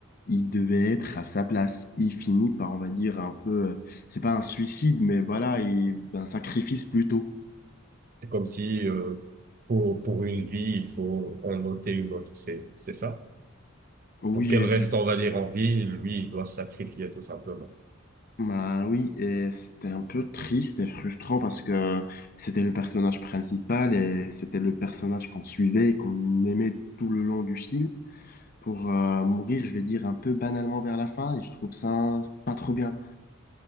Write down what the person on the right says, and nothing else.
C'est comme si euh, pour, pour une vie, il faut en ôter une autre. C'est, c'est ça.
Pour qu'elle reste, on va dire, en vie, lui, il doit se sacrifier tout simplement.